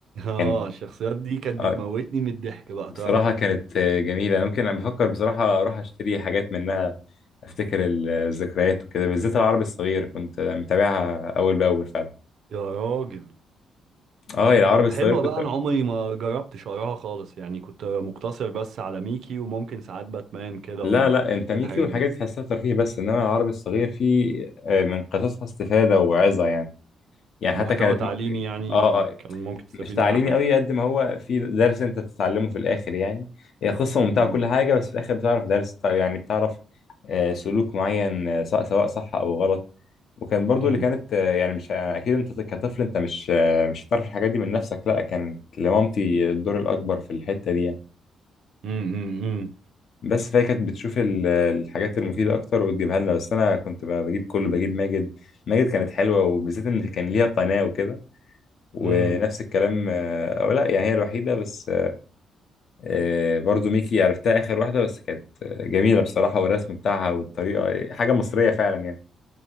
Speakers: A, on the right; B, on the left.
A: اه
B: كان
A: الشخصيات دي كانت
B: آه
A: بتموتني من الضحك بقى
B: بصراحة
A: تعرف
B: كانت جميلة ممكن انا بفكر بصراحة اروح اشتري حاجات منها افتكر الذكريات وكده بالذات العربي الصغير كنت متابعها اول باول فعلا
A: يا راجل
B: اه العربي
A: كانت
B: الصغير
A: حلوة
B: كنت
A: بقى انا عمري ما جربت شعرها خالص يعني كنت مقتصر بس على ميكي وممكن ساعات باتمان كده
B: لا
A: و-
B: لا انت ميكي
A: والحاجات
B: والحاجات
A: دي
B: دي تحسها ترفيه بس انما العربي الصغير فيه آه، من قصصها استفادة وعظة يعني يعني
A: محتوى
B: حتى كانت
A: تعليمي
B: م...
A: يعني
B: اه آه،
A: كان ممكن تستفيد
B: مش تعليمي
A: منها حاجة
B: قوي قد ما هو في درس انت تتعلمه في الاخر يعني هي قصه ممتعه كل
A: امم
B: حاجه بس في الاخر بتعرف درس يعني بتعرف آه، سلوك معين آه، سواء سواء صح او غلط وكان برضو
A: امم
B: اللي كانت آه، يعني مش يعني اكيد انت كطفل انت مش آه، مش هتعرف الحاجات دي من نفسك لا كانت لمامتي الدور الاكبر في الحته دي يعني
A: امم امم
B: بس فهي كانت بتشوف ال- الحاجات المفيده اكتر وتجيبها لنا بس انا كنت ب- بجيب كله بجيب ماجد ماجد كانت حلوه وبالذات ان كان ليها قناه وكده ونفس
A: امم
B: الكلام آه، او لا يعني هي الوحيده بس آه، برضو ميكي عرفتها آخر واحدة بس كانت آه، جميلة بصراحة والرسم بتاعها والطريقة حاجة مصرية فعلا يعني